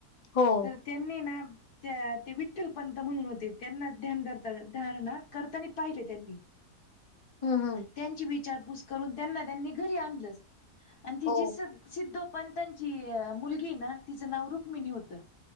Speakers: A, on the left; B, on the left.
A: हो.
B: तर तेनी ना त्या ते विठ्ठल पंत म्हणून होते त्यांना ध्यान धर धारणा करताना पाहिले त्यांनी.
A: हं.. हं..
B: त्यांची विचारपूस करून त्यांना त्यांनी घरी आणलंच आणि ती
A: हो
B: जी सग सिद्धो पंतांची मुलगीये ना तिचं नाव रुक्मिणी होतं.